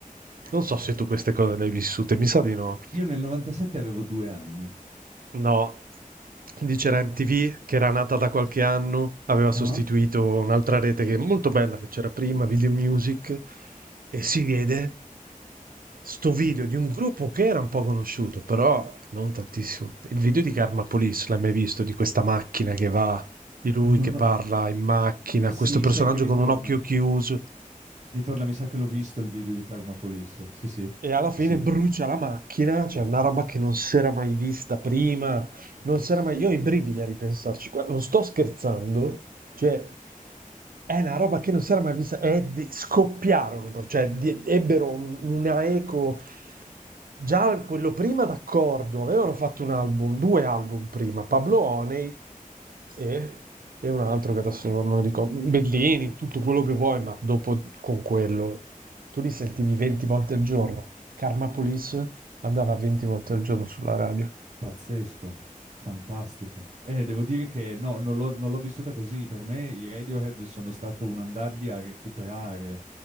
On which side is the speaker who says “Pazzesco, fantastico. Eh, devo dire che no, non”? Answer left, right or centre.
Right